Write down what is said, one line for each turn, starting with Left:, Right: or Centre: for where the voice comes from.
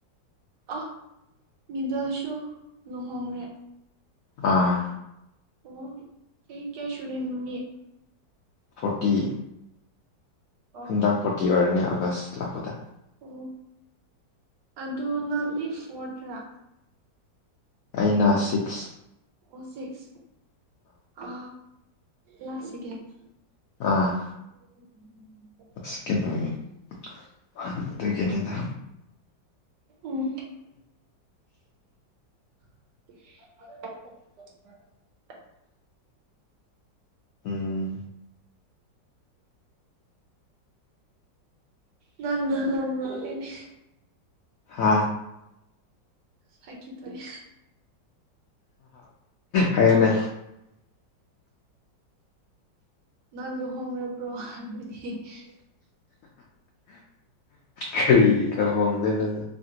Right: ꯑꯍ ꯃꯤꯗꯜꯁꯨ ꯂꯨꯍꯣꯡꯔꯦ
Left: ꯑꯥ
Right: ꯑꯣ ꯑꫭ ꯆꯍꯤꯀꯌꯥ ꯁꯨꯔꯦ ꯃꯥꯃꯤꯠ
Left: ꯐꫭꯇꯤ
Right: ꯑꯣ
Left: ꯍꯟꯗꯛ ꯐꯣꯔꯇꯤ ꯑꯣꯏꯔꯅꯤ ꯑꯥꯒꯁ ꯂꫭꯏꯔꯛꯕꯗ
Right: ꯑꯣ ꯑꯗꯨ ꯅꯪꯗꯤ ꯐꯣꯔꯠꯇꯔꯥ
Left: ꯑꯩꯅ ꯁꯤꯛꯁꯅꯤ
Right: ꯑꯣ ꯁꯤꯛꯁ ꯑ ꯂꯥꯛꯁ ꯁꯤꯀ°ꯟ
Left: ꯑꯥꯑ
Right: ꯎꯝꯝ <inaudible> <unintelligible>
Left: ꯁꯤꯀꯦꯟ ꯑꯣꯏꯕ <inaudible> <unintelligible> ꯑꯗꯨꯒꯤꯅꯤꯗꯥ꯫
Right: ꯎꯝꯝ <inaudible> <unintelligible>
Left: ꯎꯝ
Right: ꯅꯪ ꯅꯥꯟꯅꯦ <unintelligible>
Left: ꯍꯥ
Right: ꯐꯥꯀꯤ ꯇꯧꯅꯤ
Left: ꯍꯥꯏꯌꯨꯅ
Right: ꯅꯪ ꯂꯨꯍꯣꯡ꯭ꯔꯕ꯭ꯔꯣ ꯍꯥꯏꯕꯗꯤ ꯗꯥ
Left: ꯀꯔꯤꯒꯤ ꯂꯨꯍꯣꯡꯗꯦꯅꯗꯥ꯫